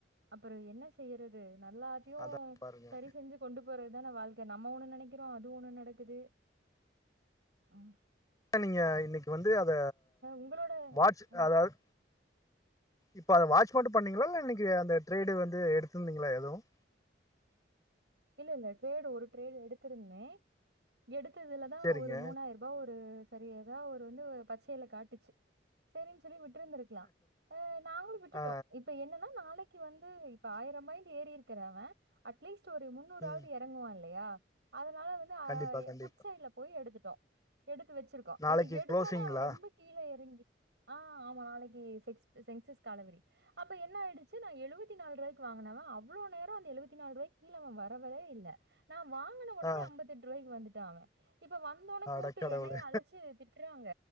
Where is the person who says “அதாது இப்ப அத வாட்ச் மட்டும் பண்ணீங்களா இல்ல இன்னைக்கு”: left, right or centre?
Left